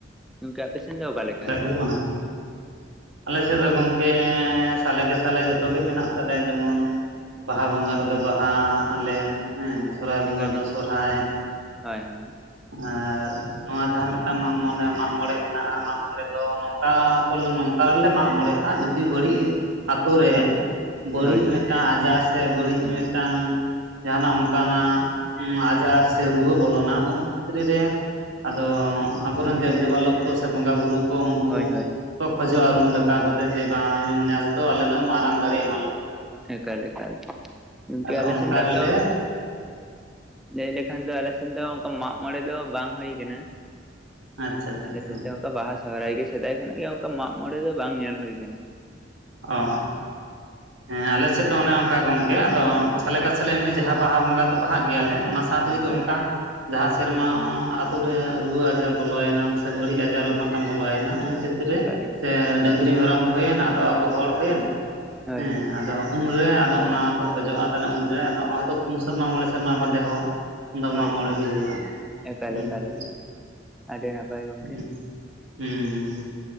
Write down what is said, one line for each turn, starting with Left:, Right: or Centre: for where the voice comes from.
Centre: ᱜᱚᱢᱠᱮ ᱟᱯᱮ ᱥᱮᱱ ᱫᱚ ᱚᱠᱟ ᱞᱮᱠᱟ
Right: <inaudible>
Centre: <unintelligible>
Right: ᱟᱞᱮᱥᱮᱫ ᱫᱚ ᱜᱚᱝᱠᱮ ᱥᱟᱞᱮ ᱠᱮ ᱥᱟᱞᱮ ᱡᱚᱛᱚ ᱜᱮ ᱢᱮᱱᱟᱜ ᱛᱟᱞᱮᱭᱟ ᱡᱮᱢᱚᱱ ᱵᱟᱦᱟ ᱵᱚᱸᱜᱟ ᱨᱮᱫᱚ ᱵᱟᱦᱟᱜ ᱟᱞᱮ ᱦᱮᱸ ᱥᱚᱨᱦᱟᱭ ᱵᱚᱸᱜᱟ
Centre: ᱮᱠᱟᱞ
Right: ᱫᱚ
Centre: ᱮᱠᱟᱞ
Right: ᱥᱚᱨᱦᱟᱭ
Centre: ᱦᱳᱭ ᱦᱳᱭ
Right: ᱟᱨ ᱱᱚᱣᱟ ᱡᱟᱦᱟᱸ ᱢᱤᱫᱴᱟᱝ ᱢᱟᱜ ᱢᱚᱬᱮ ᱢᱟᱜ ᱢᱚᱬᱮ ᱢᱮᱱᱟᱜᱼᱟ ᱢᱟᱜ ᱢᱚᱬᱮ ᱫᱚ ᱱᱚᱝᱠᱟ ᱠᱚ ᱱᱚᱝᱠᱟ <inaudible> ᱢᱟᱜᱽ ᱢᱚᱬᱮᱜᱼᱟ ᱡᱩᱫᱤ ᱵᱟᱹᱲᱤᱡ ᱟᱛᱳ ᱨᱮ
Centre: ᱦᱳᱭ
Right: ᱵᱟᱹᱲᱤᱡ
Centre: ᱦᱳᱭ ᱦᱳᱭ
Right: ᱢᱤᱫᱴᱟᱝ ᱟᱡᱟᱨ ᱥᱮ ᱵᱟᱹᱲᱤᱡ ᱢᱤᱫᱴᱟᱝ ᱡᱟᱦᱟᱱᱟᱜ ᱚᱱᱠᱟᱱᱟᱜ ᱟᱡᱟᱨ ᱥᱮ ᱨᱩᱣᱟᱹ ᱵᱚᱞᱚᱱᱟ ᱩᱱ ᱠᱷᱮᱛᱨᱮ ᱨᱮ ᱟᱫᱚ ᱟᱵᱚᱨᱮᱱ ᱫᱮᱵᱽ ᱫᱮᱵᱟᱞᱚᱠ ᱠᱚ ᱥᱮ ᱵᱚᱸᱜᱟ ᱵᱩᱨᱩ ᱠᱚ ᱩᱱᱠᱩ
Centre: ᱦᱳᱭ ᱦᱳᱭ
Right: ᱠᱚ ᱠᱷᱚᱡᱚᱜᱼᱟ ᱨᱩᱢ ᱰᱟᱠᱟᱣ ᱠᱟᱛᱮ ᱡᱮ ᱵᱟᱝ ᱱᱮᱥ ᱫᱚ ᱟᱞᱮ ᱫᱚ ᱢᱟᱨᱟᱝ ᱫᱟᱲᱮ ᱮᱢᱟᱞᱮᱯᱮ
Centre: ᱮᱠᱟᱞ ᱮᱠᱟᱞ ᱜᱚᱝᱠᱮ
Right: ᱟᱫᱚ
Centre: ᱟᱞᱮᱥᱮᱱᱟᱜ
Right: ᱚᱱᱠᱟ ᱨᱮᱞᱮ
Centre: ᱫᱚ ᱞᱟᱹᱭ ᱞᱮᱠᱷᱟᱱ ᱫᱚ ᱟᱞᱮ ᱥᱮᱱ ᱫᱚ ᱚᱱᱠᱟ ᱢᱟᱜ ᱢᱚᱬᱮ ᱫᱚ ᱵᱟᱝ ᱦᱳᱭ ᱠᱟᱱᱟ
Right: ᱟᱪᱪᱷᱟ ᱟᱪᱪᱷᱟ
Centre: ᱟᱞᱮ
Right: ᱟᱪᱪᱷᱟ
Centre: ᱥᱮᱫᱽ ᱫᱚ ᱚᱱᱠᱟ ᱵᱟᱦᱟ ᱥᱚᱦᱚᱨᱟᱭ ᱜᱮ ᱥᱮᱫᱟᱭ ᱠᱷᱚᱱᱟᱜ ᱜᱮ ᱚᱱᱠᱟ ᱢᱟᱜᱽ ᱢᱚᱬᱮ ᱫᱚ ᱵᱟᱝ ᱧᱮᱞ ᱦᱳᱭ ᱠᱟᱱᱟ
Right: ᱚᱻᱻ ᱦᱮᱸ ᱟᱞᱮ ᱥᱮᱫ ᱫᱚ ᱚᱱᱮ ᱚᱱᱠᱟ ᱜᱚᱝᱠᱮ ᱟᱫᱚ ᱥᱟᱞᱮ
Centre: ᱟᱨ
Right: ᱠᱟ ᱥᱟᱞᱮ ᱮᱢᱱᱤ ᱡᱟᱦᱟᱸ ᱵᱟᱦᱟ ᱵᱚᱸᱜᱟ ᱛᱚ ᱵᱟᱦᱟᱜ ᱜᱮᱭᱟᱞᱮ ᱚᱱᱟ ᱥᱟᱶᱛᱮ
Centre: ᱦᱳᱭ
Right: ᱡᱩᱫᱤ
Centre: ᱦᱳᱭ
Right: ᱚᱱᱠᱟ ᱡᱟᱦᱟᱸ ᱥᱮᱨᱢᱟ ᱟᱛᱩ ᱨᱮ ᱨᱩᱣᱟᱹ ᱟᱡᱟᱨ ᱵᱚᱞᱚᱭᱮᱱᱟ ᱥᱮ ᱵᱟᱹᱲᱤᱡ
Centre: ᱦᱳᱭ
Right: ᱟᱡᱟᱨ
Centre: ᱦᱳᱭ
Right: ᱢᱤᱫᱴᱟᱝ ᱵᱚᱞᱚᱭᱮᱱᱟ ᱩᱱ ᱠᱷᱮᱛᱨᱮ
Centre: ᱮᱠᱟᱞ ᱮᱠᱟᱞ
Right: ᱥᱮ ᱰᱟᱹᱝᱨᱤ ᱢᱮᱨᱚᱢ ᱦᱩᱭᱮᱱ ᱟᱫᱚ ᱟᱵᱚ ᱦᱚᱲ ᱨᱮᱱ
Centre: ᱦᱳᱭ
Right: ᱦᱮᱸ
Centre: ᱦᱳᱭ
Right: ᱟᱫᱚ ᱩᱱᱨᱮ ᱟᱫᱚ ᱚᱱᱟ ᱠᱚ ᱠᱷᱚᱡᱚᱜᱼᱟ ᱛᱟᱦᱞᱮ ᱩᱱᱨᱮ ᱟᱫᱚ ᱦᱚᱭᱛᱚ ᱯᱩᱱ ᱥᱮᱨᱢᱟ ᱢᱚᱬᱮ ᱥᱮᱨᱢᱟ ᱵᱟᱫᱮ ᱦᱚᱸ ᱫᱚ
Centre: ᱦᱳᱭ
Right: ᱢᱟᱜᱽ ᱢᱚᱬᱮ
Centre: ᱦᱳᱭ
Right: ᱜᱮ ᱦᱩᱭᱩᱜᱼᱟ
Centre: ᱮᱠᱟᱞ
Right: ᱦᱩᱸ
Centre: ᱮᱠᱟᱞ
Right: <inaudible>
Centre: ᱮᱠᱟᱞ ᱟᱹᱰᱤ ᱱᱟᱯᱟᱭ ᱜᱚᱝᱠᱮ
Right: ᱦᱩᱸ ᱦᱩᱸ ᱦᱩᱸ